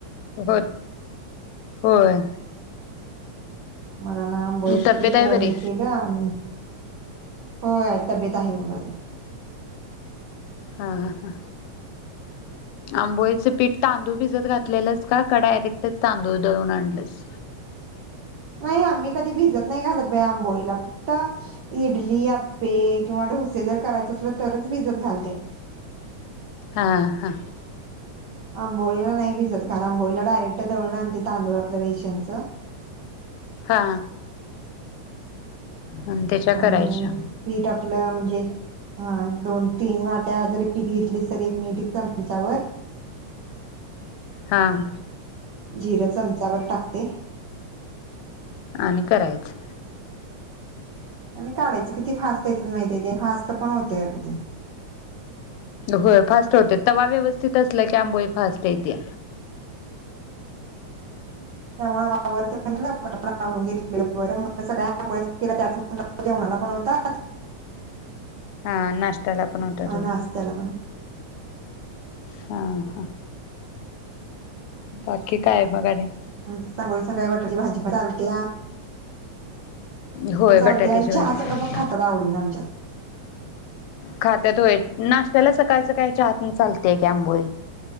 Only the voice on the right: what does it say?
मला आंबोळीच
पीठ
हे केलं आणि होय तब्येत आहे बघ बरी.
नाही आम्ही कधी भिजत नाही घालत बई आंबोळीला फक्त इडली, आप्पे किंवा डोसे जर करायचे असल तरच भिजत घालते.
आंबोळीला नाही भिजत. कारन आंबोळी ला डायरेक्ट दळून आणते तांदूळ आपलं रेशनचं.
आणि
पीठ आपलं म्हणजे हा दोन, तीन वाट्या जरी पीठ घेतलीस तर एक मीठ एक चमचाभर
जिरं चमचाभर टाकते.
आणि काढायचं किती फास्ट येतात माहितीय ते फास्ट पण होते अग ते.
तवा ह अवरत्या म्हटलं पटपट आवरून घेतलेलं बरं मग तस काय आंबोळीच केल्यात त्याच म्हणलं जेवणाला पण होतात.
आणि
नाश्त्याला <inaudible>
आमच्यात आंबोली संग बटाटे भाजी पण चालत्या
चालते
आणि
चहा संग पण खातात आवडीण आमच्यात.